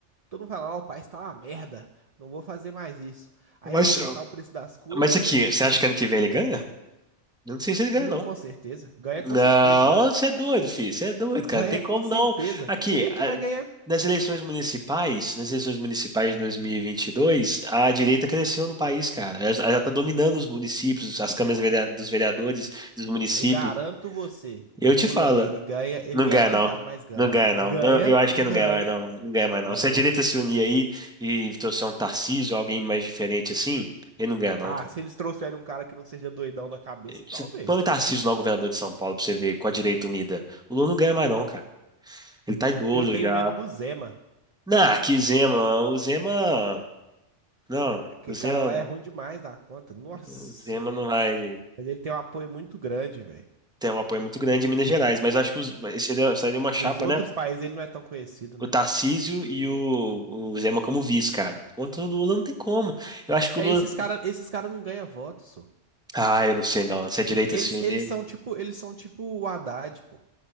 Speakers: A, on the right (about 40°); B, in the centre.
A: Todo mundo fala, ó, o país tá uma merda, não vou fazer mais isso. Aí
B: Mas,
A: vai aumentar o preço das coisas
B: mas aqui, você
A: e,
B: acha que ano que vem ele ganha? Eu não sei se ele ganha,
A: nu,
B: não.
A: com certeza, ganha com
B: Não,
A: certeza.
B: você é doido, filho. Você é doido,
A: Ganha
B: cara. Não tem como,
A: com certeza.
B: não. Aqui,
A: Quem
B: a-
A: que vai ganhar?
B: nas eleições municipais, nas eleições municipais de dois mil e e vinte e dois a direita cresceu no país, cara. Ela já está dominando os municípios, as câmaras verea- dos vereadores, dos municípios.
A: Eu garanto você, o
B: Eu
A: Lula,
B: te falo,
A: ele ganha, ele
B: não
A: ganha
B: ganha,
A: apertado,
B: não.
A: mas ganha.
B: Não ganha, não.
A: Ganha,
B: Não, Eu acho
A: ganha,
B: que não ganha mais, não. Não ganha mais,
A: ganha.
B: não. Se a direita se unir aí e trouxer um Tarcísio, alguém mais diferente assim, ele não ganha, não.
A: Ah, se eles trouxerem um cara que não seja doidão na cabeça, talvez.
B: Você põe o Tarcísio lá, o governador de São Paulo, pra você ver, com a direita unida. O Lula não ganha mais, não, cara. Ele tá idoso
A: Eu tenho
B: já.
A: medo do Zema,
B: Não, que Zema. O Zema. Não,
A: porque
B: o Zema,
A: cara lá é ruim demais da conta. Nossa
B: o
A: senhora.
B: Zema não vai
A: Mas ele tem um apoio muito grande, velho.
B: ter um apoio muito grande em Minas Gerais, mas eu acho que os, esse seria, seria uma chapa,
A: Nos outros
B: né?
A: países ele não é tão conhecido, né?
B: O Tarcísio e o, o Zema como vice, cara. Enquanto o Lula não tem como. Eu acho que
A: Mas
B: o Lula.
A: esses caras, esses cara não ganham voto, só.
B: Ah, eu não sei não. Se a direita
A: Eles,
B: se unir.
A: eles são tipo, eles são tipo o Haddad, pô.